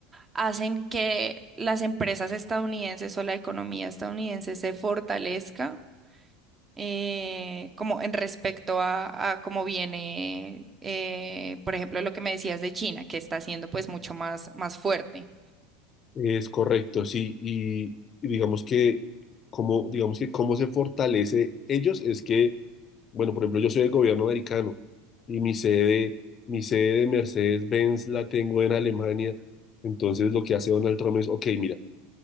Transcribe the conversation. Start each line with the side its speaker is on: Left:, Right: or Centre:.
Right: hacen que las empresas estadounidenses o la economía estadounidense se fortalezca eh, como en respecto a, a cómo viene, eh, por ejemplo, lo que me decías de China, que está siendo pues mucho más, más fuerte?
Left: Es correcto, sí, y, y digamos que como digamos que cómo se fortalece ellos es que, bueno, por ejemplo, yo soy del gobierno americano y mi sede, mi sede de Mercedes-Benz la tengo en Alemania, entonces lo que hace Donald Trump es, ok, mira,